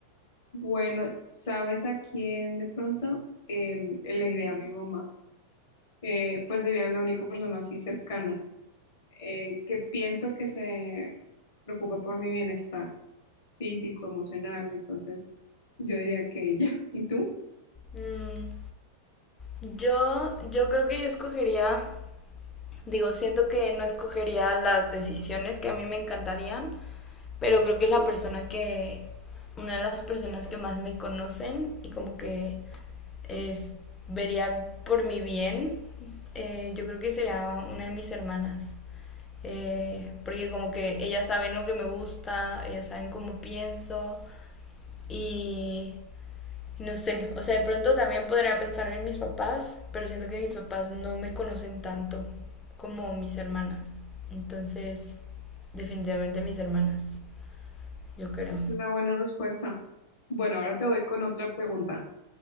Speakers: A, on the left (about 55°); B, on the left (about 20°).
A: Bueno, ¿sabes a quién de pronto? Em, elegiré a mi mamá. Eh, pues sería la única persona así cercana eh, que pienso que se preocupa por mi bienestar físico, emocional. Entonces, yo diría que ella. <laughs> ¿Y tú?
B: Mm, yo, yo creo que yo escogería Digo, siento que no escogería las decisiones que a mí me encantarían, pero creo que es la persona que, una de las personas que más me conocen y como que es, vería por mi bien, eh, yo creo que será una de mis hermanas. Eh, porque como que ellas saben lo que me gusta, ellas saben cómo pienso y no sé, o sea, de pronto también podría pensar en mis papás, pero siento que mis papás no me conocen tanto como mis hermanas. Entonces, definitivamente mis hermanas, yo creo.
A: Una buena respuesta. Bueno, ahora te voy con otra pregunta.